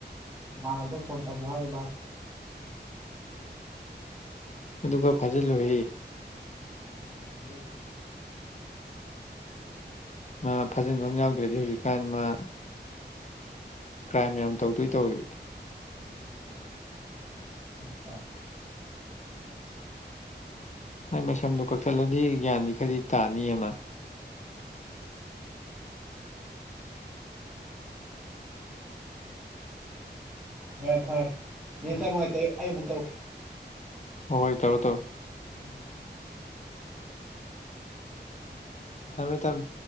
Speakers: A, in the centre; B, on the left (about 40°).
A: ꯃꯥꯃꯥꯟꯅꯕꯗꯣ ꯐꯣꯟ ꯇꯝꯃꯣ ꯍꯥꯏ ꯃꯥꯟ
B: ꯑꯗꯨ ꯈꯔ ꯐꯖꯜꯂꯨꯍꯦ
A: <unintelligible> ꯍꯦ
B: ꯃꯥ ꯐꯥꯖꯟꯕ ꯑꯃ ꯌꯥꯎꯗ꯭ꯔꯗꯤ ꯍꯧꯖꯤꯛꯀꯥꯟ ꯃꯥ ꯀ꯭ꯔꯥꯏꯝ ꯌꯥꯝ ꯇꯧꯗꯣꯏ ꯇꯧꯔꯤ
A: ꯃꯥꯕꯨ <inaudible>
B: ꯃꯥꯏ ꯃꯁꯝꯗꯣ ꯀꯛꯊꯠꯂꯗꯤ ꯒ꯭ꯌꯥꯟꯗꯤ ꯈꯔꯗꯤ ꯇꯥꯅꯤꯍꯦ ꯃ
A: ꯐꯔꯦ ꯐꯔꯦ ꯅꯦꯠꯁꯦ ꯌꯥꯝ ꯅꯨꯡꯉꯥꯏꯇꯦ ꯑꯩ ꯑꯃꯨꯛ ꯇꯧꯔꯛꯀꯦ
B: ꯍꯣꯏ ꯍꯣꯏ ꯇꯧꯔꯣ ꯇꯧ
A: ꯎꯝ
B: ꯊꯝꯃꯦ ꯇꯝꯃꯦ